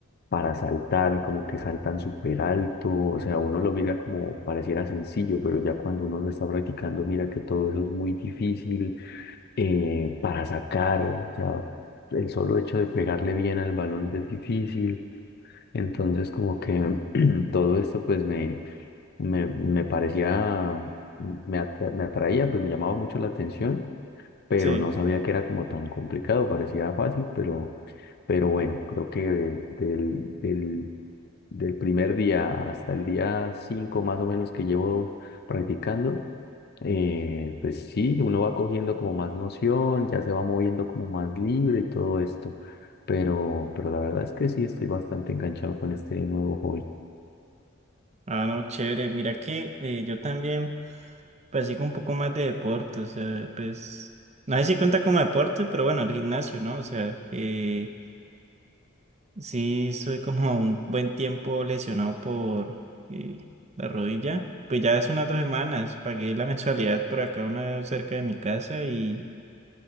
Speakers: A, on the left; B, on the right.
A: para saltar, como que saltan súper alto, o sea, uno lo mira como pareciera sencillo, pero ya cuando uno lo está practicando, mira que todo eso es muy difícil eh, para sacar, o sea, el solo hecho de pegarle bien al balón ya es difícil. Entonces, como que <clears throat> todo esto, pues me, me, me parecía, me, atra- me atraía, pues me llamaba mucho la atención, pero
B: sí.
A: no sabía que era como tan complicado, parecía fácil, pero, pero bueno, creo que de- del, del, del primer día hasta el día 5 más o menos que llevo practicando eh, pues sí, uno va cogiendo como más noción, ya se va moviendo como más libre y todo esto, pero, pero la verdad es que sí estoy bastante enganchado con este nuevo hobby.
B: Ah, no, chévere. Mira que eh, yo también practico un poco más de deporte, o sea, pues no sé si cuenta como deporte, pero bueno, el gimnasio, ¿no? O sea, eh. Sí, soy como un buen tiempo lesionado por eh, la rodilla. Pues ya hace unas dos semanas pagué la mensualidad por acá, una cerca de mi casa y